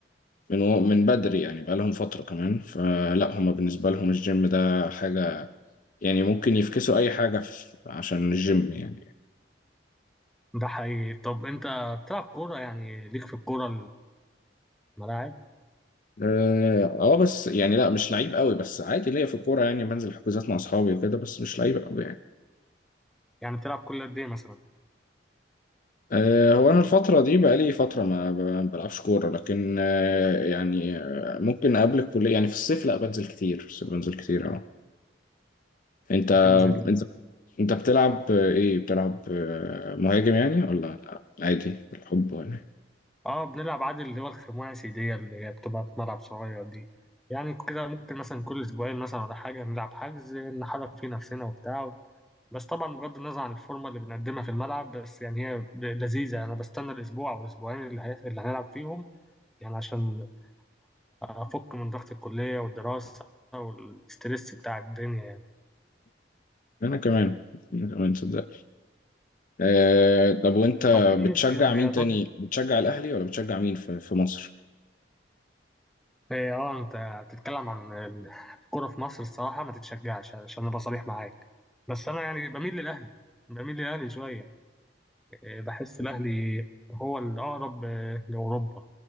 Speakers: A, on the left; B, in the centre.
A: من و- من بدري يعني بقى لهم فتره كمان فلا هم بالنسبه لهم الجيم ده حاجه يعني ممكن يفكسوا اي حاجه في- عشان الجيم يعني
B: ده حقيقي طب انت بتلعب كوره يعني ليك في الكوره الملاعب
A: اه آه، بس يعني لا مش لعيب قوي بس عادي ليا في الكوره يعني بنزل حجوزات مع اصحابي وكده بس مش لعيب قوي يعني
B: يعني بتلعب كل قد إيه مثلا
A: آه، هو أنا الفترة دي بقالي فترة ما ب- ما بلعبش كورة لكن آه، يعني آه، ممكن قبل الكلية يعني في الصيف لا بنزل كتير في الصيف بنزل كتير اه أنت
B: بتنزل
A: أنت أنت بتلعب آه، إيه بتلعب آه، مهاجم يعني ولا عادي بالحب ولا إيه؟
B: اه بنلعب عادي اللي هو الخماسي دي اللي هي بتبقى في ملعب صغير دي يعني كده ممكن مثلا كل أسبوعين مثلا ولا حاجة نلعب حجز نحرك فيه نفسنا وبتاع بس طبعا بغض النظر عن الفورمة اللي بنقدمها في الملعب بس يعني هي ب- لذيذة أنا بستنى الأسبوع أو الأسبوعين اللي, هي... اللي هنلعب فيهم يعني عشان أفك من ضغط الكلية والدراسة والستريس بتاع الدنيا يعني
A: أنا كمان أنا كمان صدق آه، طب وأنت
B: طب في
A: بتشجع
B: رياضات
A: مين تاني بتشجع الأهلي ولا بتشجع مين في في مصر؟
B: إيه، اه انت بتتكلم عن ال- الكرة في مصر الصراحة ما تتشجعش عشان ابقى صريح معاك بس انا يعني بميل للاهلي بميل للاهلي شوية إيه، بحس
A: <laughs>
B: الاهلي هو الاقرب آه، لاوروبا